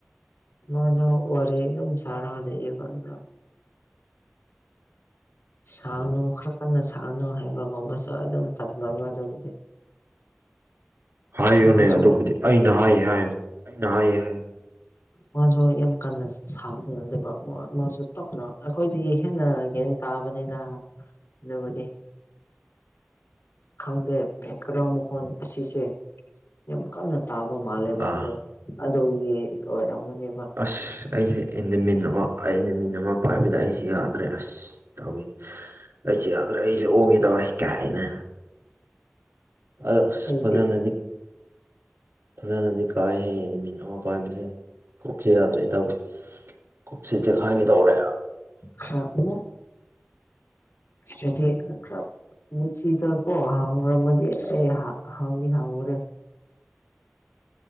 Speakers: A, on the left (about 85°); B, on the right (about 80°).
A: ꯃꯥꯁꯨ ꯋꯥꯔꯤ ꯑꯗꯨꯝ ꯁꯥꯔꯒ ꯂꯩꯑꯦꯕ ꯑꯗꯨ ꯁꯥꯅꯨ
B: ꯎꯝ
A: ꯈꯔ ꯀꯟꯅ ꯁꯥꯅꯨ ꯍꯥꯏꯕꯒꯨꯝꯕꯁꯨ ꯑꯗꯨꯝ ꯇꯝꯂꯥꯕ ꯑꯗꯨꯕꯨꯗꯤ
B: ꯍꯥꯏꯌꯨꯅꯦ
A: ꯃꯥꯁꯨ
B: ꯑꯗꯨꯕꯨꯗꯤ ꯑꯩꯅ ꯍꯥꯏꯌꯦ ꯍꯥꯏꯌꯨ ꯑꯩꯅ ꯍꯥꯏꯌꯦ ꯍꯥꯏꯌꯨ
A: ꯃꯥꯁꯨ ꯌꯥꯝ ꯀꯟꯅ ꯁꯥꯕꯗꯤ ꯅꯠꯇꯕ ꯃꯥꯁꯨ ꯇꯞꯅ ꯑꯩꯈꯣꯏꯗꯤ ꯍꯦꯟꯅ ꯍꯦ ꯇꯥꯕꯅꯗ ꯏꯕꯨꯗꯤ ꯈꯪꯗꯦ ꯕꯦꯛꯒ꯭ꯔꯥꯎꯟ ꯃꯈꯜ ꯑꯁꯤꯁꯦ ꯌꯥꯝ ꯀꯥꯟꯅ ꯇꯥꯕ ꯃꯥꯜꯂꯦꯕ
B: ꯑꯥ
A: ꯑꯣ ꯑꯗꯨꯒꯤ ꯑꯣꯏꯔꯝꯅꯦ
B: ꯑꯁ ꯑꯩꯁꯦ ꯑꯦꯅꯤꯃꯤꯟ ꯑꯃ ꯑꯩꯅꯤꯃꯤꯟ ꯑꯃ ꯄꯥꯏꯕꯗ ꯑꯩꯁꯦ ꯌꯥꯗꯦ ꯌꯥ꯭ꯔꯦ ꯑꯁ ꯇꯧꯒ ꯑꯩꯁꯦ ꯌꯥꯗ꯭ꯔꯦ ꯑꯩꯁꯦ ꯑꯣꯒꯦ ꯇꯧꯔꯦ ꯀꯥꯏꯅ ꯑ
A: ꯑꯩꯗꯤ
B: ꯄꯗꯅꯗꯤ ꯐꯖꯅꯗꯤ ꯀꯥꯏ ꯍꯩ ꯍꯥꯏ ꯃꯤꯡ ꯑꯃ ꯄꯥꯟꯕꯥꯏꯕꯤꯁꯦ ꯀꯣꯛꯈꯤ ꯌꯥꯗ꯭ꯔꯦ ꯇꯧꯋꯤ ꯀꯨꯞꯁꯤ ꯆꯦꯈꯥꯏꯒꯗꯧꯔꯦ
A: ꯈꯔ ꯁꯤꯗꯤ ꯈꯔ ꯃꯨꯁꯤꯤꯗ ꯀꯣ ꯍꯥꯡꯉꯨꯔꯝꯃꯗꯤ ꯑꯩ ꯍꯥꯡꯉ ꯍꯥꯡꯉꯨꯔꯦ